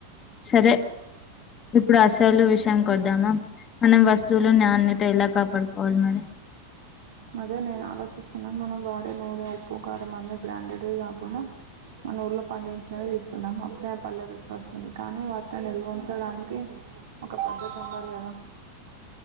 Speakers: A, on the left; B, on the right.
A: సరే ఇప్పుడు అసలు విషయం కొద్దామా మనం వస్తువులు నాణ్యత ఎలా కాపాడుకోవాలి మరి.
B: అదే నేను ఆలోచిస్తున్నా మనం వాడే నూనె ఉప్పు కారం అన్ని బ్రాండెడ్వి కాకుండా. మన ఊళ్లో పండించినవి తీసుకుందాం అప్పుడే ఆ పల్లె రుచి వస్తుంది కానీ వాటిని నిల్వ ఉంచడానికి. ఒక పద్ధతి ఉండాలి కదా.